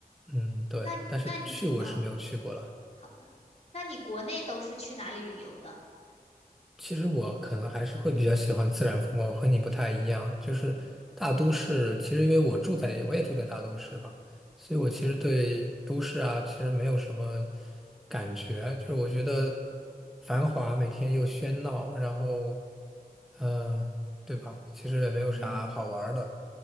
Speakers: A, in the centre; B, on the left.
A: 嗯，对，
B: 那那你嗯，
A: 但是去我是没有去过了。
B: 好吧，那你国内都是去哪里旅游的？
A: 其实我可能还是会比较喜欢自然风光，我和你不太一样。就是大都市，其实因为我住在，我也住在大都市吧，所以我其实对都市啊，其实没有什么感觉。就是我觉得繁华，每天又喧闹，然后，嗯对吧？其实也没有啥好玩儿的。
B: 嗯，